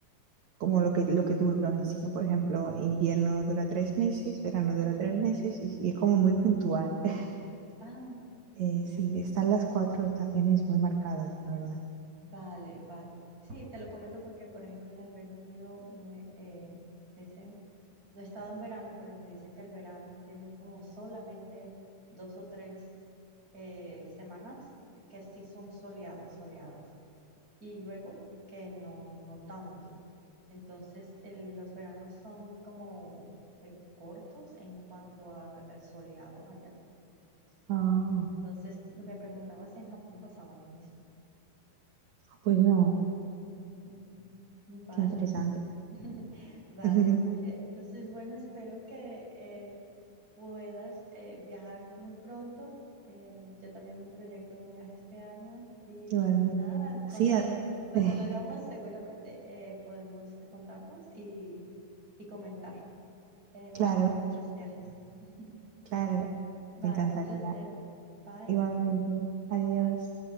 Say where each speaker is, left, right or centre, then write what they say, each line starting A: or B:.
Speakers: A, on the right; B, on the right.
A: como lo que, lo que duran en sí. ¿no? Por ejemplo, invierno dura tres meses, verano dura tres meses y, y es como muy puntual. <laughs>
B: Ah,
A: Eh,
B: ok.
A: sí, están las cuatro estaciones muy marcadas, la verdad.
B: Vale, vale. Sí, te lo comento porque, por ejemplo, en el Reino Unido me, eh, me dicen, no he estado en verano, pero me dice que el verano tienen como solamente dos o tres eh, semanas que sí son soleadas, soleadas. y luego que no, no tanto. Entonces, el- los veranos son como eh, cortos en cuanto a, a soleado allá.
A: Ah,
B: Entonces, me preguntaba si en Japón pasaba lo mismo.
A: pues no,
B: Mm, Vale,
A: qué interesante.
B: <laughs> vale,
A: <laughs>
B: Julia. Entonces, bueno, espero que eh, puedas eh, viajar muy pronto. Eh, yo también me proyecto un viaje este año y
A: Igualmente.
B: nada, cuando,
A: Sí, a-
B: cuando
A: <laughs>
B: lo hagamos seguramente eh, podemos juntarnos y, y comentar eh, más
A: Claro,
B: de nuestros viajes. <laughs>
A: claro,
B: Vale,
A: me encantaría.
B: un placer. Bye.
A: Igualmente, adiós.